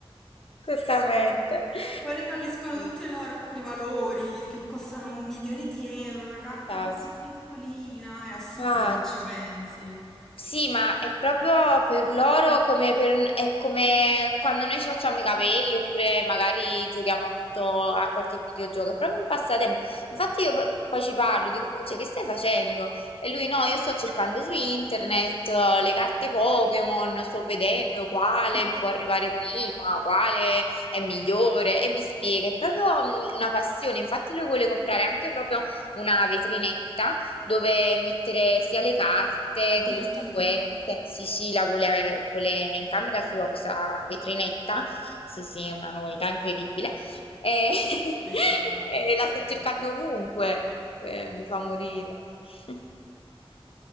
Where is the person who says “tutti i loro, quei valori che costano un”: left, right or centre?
Centre